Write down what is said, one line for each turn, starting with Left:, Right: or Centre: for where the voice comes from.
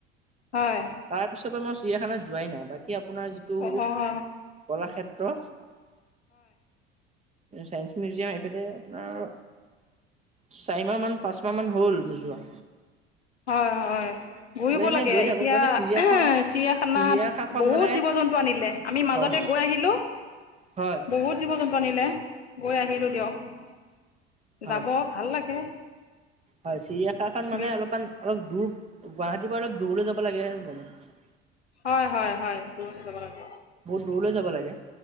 Left: হয়
Right: তাৰ পিছৰ পা মই চিৰিয়াখানাত যোৱাই নাই বাক কি আপোনাৰ যিটো
Left: অঁ হয়
Right: কলাক্ষেত্ৰ চাইস মিউজিয়াম এফালে আপোনাৰ চাৰি মাহ মান পাচ মাহ মান হ'ল নোযোৱা
Left: হয় হয় ঘূৰিব
Right: বোলে এনে
Left: লাগে
Right: গৈ থাকো
Left: এতিয়া
Right: মানে চিৰিয়াখন
Left: চিৰিয়াখানাত
Right: চিৰিয়াখাখন
Left: বহুত
Right: মানে
Left: জীৱ জন্তু আনিলে আমি মাজতে
Right: হয় হয়
Left: গৈ আহিলো
Right: হয়
Left: বহুত জীৱ জন্তু বনিলে গৈ আহিলো দিয়ক
Right: হয়
Left: যাব ভাল লাগে
Right: হয় চিৰিয়াখাখন মানে
Left: বি
Right: অলপমান অলপ দূৰ গুৱাহাটীৰ পা অলপ দূৰলে যাব লাগে নহয় জানো
Left: হয় হয় হয় দূৰলে যাব লাগে
Right: দূৰলে যাব লাগে